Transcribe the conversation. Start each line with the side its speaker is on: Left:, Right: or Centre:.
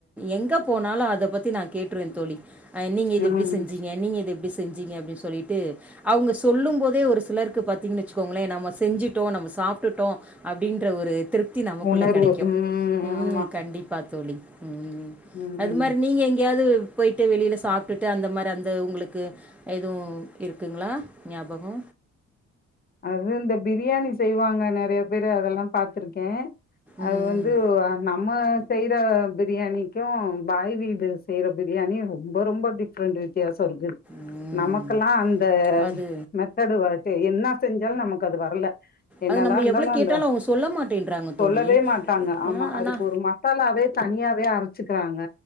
Centre: எங்க போனாலோ அத பத்தி நா கேட்ருவே தோழி நீங்க இது
Left: ம்
Centre: எப்டி செஞ்சீங்க நீங்க இது எப்டி செஞ் செஞ்சீங்க அப்டின்னு சொல்லிட்டு அவுங்க சொல்லும் போதே ஒரு சிலருக்கு பத்தீங்கன்னு வச்சுக்கோங்களே நம்ம செஞ்சுட் டோ நம்ம சாப்ட்டுட் டோ அப்டின்ற ஒரு திருப்தி நமக்குள்ள
Left: உணர்வு
Centre: கெடைக்கோ ம்
Left: ஆமா.
Centre: கண்டிப்பா தோலி ம்
Left: ம்.
Centre: அது மார் நீங்க எங்கேயாது போய்ட்டு வெளில சாப்ட்டுட்டு அந்த மார் அந்த உங்களுக்கு எதுவு இருக்குங்க்ளா ஞாபகோ
Left: அது இந்த பிர்யாணி செய்வாங்க நெறய பேரு அதெல்லா பாத்துருக்கே
Centre: ம்
Left: அது வந்து வ நம் நம்ம செய்யற பிரியாணிக்கு பாய் வீடு செய்ற பிரியாணி ரொம்ப ரொம்ப டிஃப்ரெண்டு வித்தியாச் சொ இர்கு
Centre: ம்
Left: நமக்கல்லா அந்த
Centre: அது
Left: மெதடு வ எ என்னா செஞ்சாலு நமக்கு அது வர்ல என்னதா
Centre: அது நம்ம
Left: இந்தாலு
Centre: எவ்வளோ கேட்டாலும்
Left: அந்த
Centre: அவங்க சொல்ல மாட்டேன்றாங்க தோழி
Left: சொல்லவே மாட்டாங்க ஆமா
Centre: ஆ,
Left: அதுக்கு
Centre: அண்ணா
Left: ஒரு மசாலாவே தனியாவே அரச்சுக்றாங்க